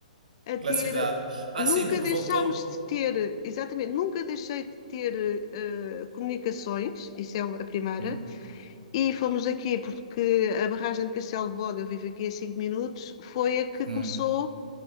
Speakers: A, on the left (about 45°); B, on the right (about 70°).
A: a
B: da
A: ter.
B: cidade. Ah, sim,
A: Nunca
B: porque
A: deixámos
B: voltou.
A: de ter, exatamente, nunca deixei de ter eh, comunicações, isso é a primeira,
B: Hum,
A: e fomos aqui porque a barragem de Castelo de Bode, eu vivo aqui a 5 minutos, foi a que
B: hum.
A: começou